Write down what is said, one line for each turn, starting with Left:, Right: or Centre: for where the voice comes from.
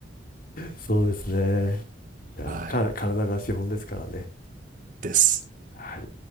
Left: そうですね。いや、
Right: はい。
Left: か体が資本ですからね。
Right: です。
Left: はい。